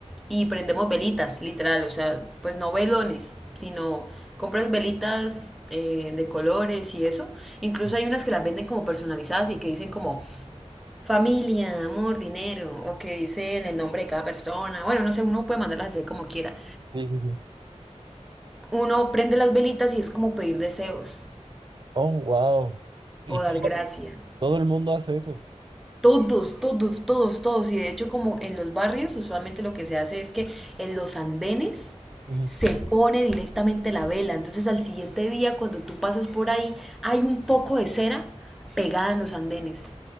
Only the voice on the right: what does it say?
Sí,
sí, sí. sí.
Oh, wow. Y
todo,
todo el mundo hace eso.
Ujú.